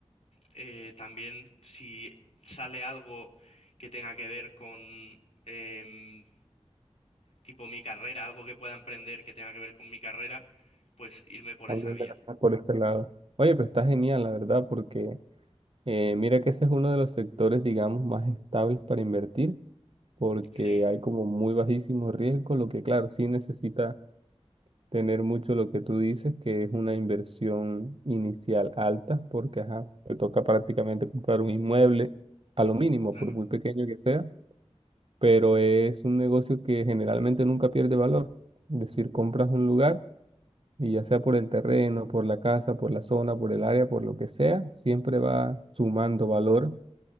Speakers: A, on the left; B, on the right.
A: eh, también si sale algo que tenga que ver con em, tipo mi carrera, algo que pueda emprender que tenga que ver con mi carrera, pues irme por
B: También
A: esa vía.
B: de verdad, por este lado. Oye, pero está genial, la verdad, porque eh, mira que ese es uno de los sectores, digamos, más estables para invertir porque
A: Sí,
B: hay como muy bajísimo riesgo, lo que claro, sí necesita tener mucho lo que tú dices, que es una inversión inicial alta, porque ajá, te toca prácticamente comprar un inmueble a lo mínimo,
A: claro,
B: por muy pequeño que sea, pero es un negocio que generalmente nunca pierde valor. Es decir, compras un lugar y ya sea por el terreno, por la casa, por la zona, por el área, por lo que sea, siempre va sumando valor.